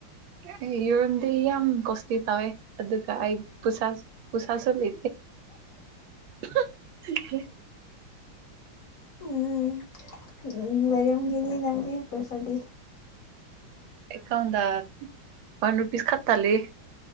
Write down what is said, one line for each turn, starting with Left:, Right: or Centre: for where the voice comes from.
Right: ꯑꯦ ꯌꯔꯣꯝꯗꯤ ꯌꯥꯝ ꯀꯣꯁꯂꯤ ꯇꯧꯋꯦ ꯑꯗꯨꯒ ꯑꯩꯁ ꯄꯨꯁꯥꯁꯨꯂ <unintelligible>
Left: ꯎꯝ ꯎ ꯂꯩꯔꯝꯒꯤꯅꯤꯅꯤ ꯅꯪꯗꯤ ꯄꯩꯁꯥꯗꯤ
Right: ꯑꯦꯀꯥꯎꯗ ꯋꯥꯟ ꯔꯨꯄꯤꯁ ꯈꯠꯇꯥ ꯂꯩꯌꯦ